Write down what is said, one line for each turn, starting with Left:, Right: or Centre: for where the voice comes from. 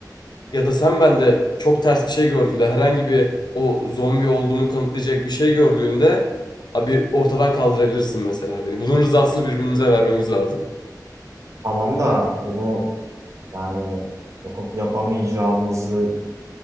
Left: ya da sen bende çok ters bir şey gördüğünde herhangi bir o zombi olduğumu kanıtlayacak bir şey gördüğünde abi ortadan kaldırabilirsin mesela beni. Bunun rızasını birbirimize vermemiz lazım.
Right: Tamam da bunu Yani yapıp yapamayacağımızı